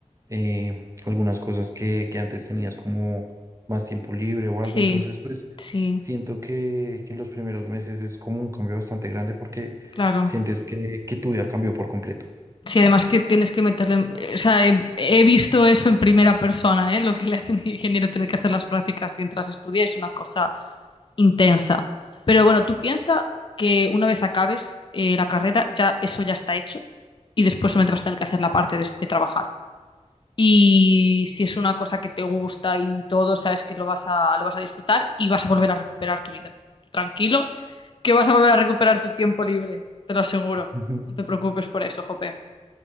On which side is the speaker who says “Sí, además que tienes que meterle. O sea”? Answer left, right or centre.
Left